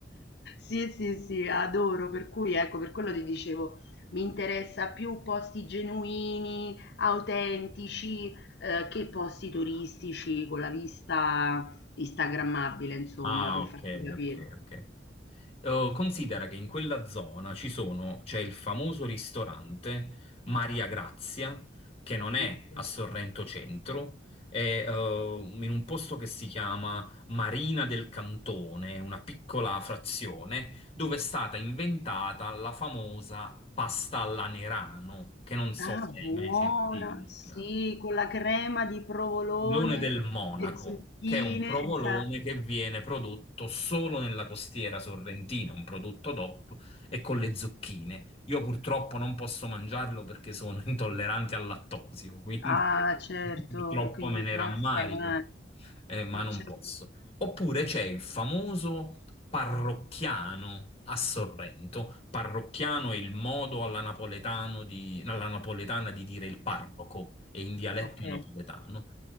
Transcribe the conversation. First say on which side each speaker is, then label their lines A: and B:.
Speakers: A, on the left; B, on the left.
A: Sì, sì, sì, adoro, per cui ecco, per quello ti dicevo, mi interessa più posti genuini, autentici, eh, che posti turistici con la vista instagrammabile, insomma,
B: Ah,
A: per
B: ok,
A: farti capire.
B: ok, ok. Oh, considera che in quella zona ci sono, c'è il famoso ristorante Maria Grazia, che non è
A: Ok.
B: a Sorrento Centro, è eh, in un posto che si chiama Marina del Cantone, una piccola frazione, dove è stata inventata la famosa pasta alla Nerano, che non so
A: Ah,
B: se
A: buona!
B: hai mai sentito.
A: Sì, con la crema di provolone,
B: Provolone del Monaco,
A: le zucchine,
B: che è un provolone
A: esa
B: che viene prodotto solo nella costiera sorrentina, un prodotto DOP e con le zucchine. Io purtroppo non posso mangiarlo perché sono <laughs> intollerante al lattosio, quindi
A: Ah, certo,
B: <laughs> purtroppo
A: e quindi
B: me ne
A: se no
B: rammarico,
A: ti fai male.
B: eh, ma
A: Eh,
B: non
A: certo.
B: posso. Oppure c'è il famoso parrocchiano a Sorrento. Parrocchiano è il modo alla napoletano di- alla napoletana di dire il parroco, è in dialetto
A: Ok.
B: napoletano